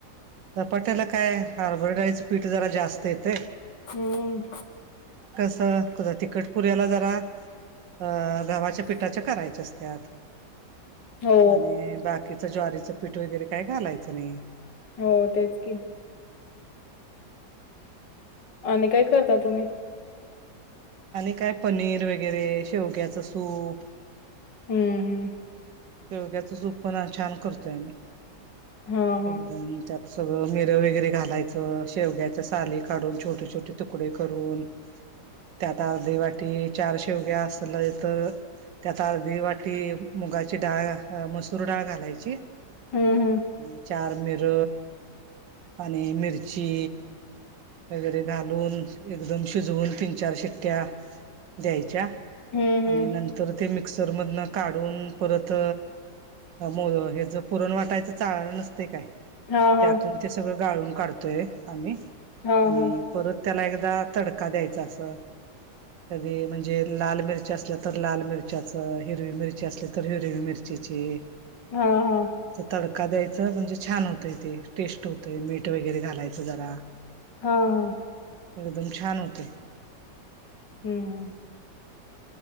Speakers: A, on the right; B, on the left.
A: धपाट्याला काय हरभरा डाळीच पीठ जरा जास्त येतय.
B: हं.
A: च कोणत्या तिखट पुऱ्याला जरा अ गवाच्या पिठाच्या करायच्या असत्यात.
B: हो
A: आणि बाकीच ज्वारीच पीठ वगैरे काय घालायचं नाही.
B: हो तेच की. आणि काय करता तुम्ही?
A: आणि काय पनीर वगैरे, शेवग्याचं सूप.
B: हं हं.
A: शेवग्याच सूप पण छान करतोय आम्ही.
B: हं.
A: एकदम त्यात सगळं मिर वगैरे घालायचं, शेवग्याच्या साली काढून छोटे छोटे तु तुकडे करून, त्यात अर्धी वाटी चार शेवग्या असल तर त्यात अर्धी वाटी मुगाची डाळ अ मसूर डाळ घालायची.
B: हं, हं.
A: आणि चार मिर आणि मिरची, वगैरे घालून एकदम शिजवून तीन चार शिट्ट्या द्यायच्या.
B: हं, हं.
A: आणि नंतर ते मिक्सर मधनं काढून परत मो हे ज पुरण वाटायचं चाळन नसते काय
B: हां, हां.
A: त्यातून ते सगळं गाळून काढतोय आम्ही.
B: हां,
A: आणि
B: हां.
A: परत त्याला एकदा तडका द्यायचा असं कधी म्हणजे लाल मिरची असल्या तर लाल मिरच्याच. हिरवी मिरची असली तर हिरवी मिरची चिची अस
B: हां, हां.
A: तडका द्यायचं म्हणजे छान होतय ते. टेस्ट होतंय. मीठ वगैरे घालायचं जरा.
B: ह ह.
A: एकदम छान होतय
B: हं हं.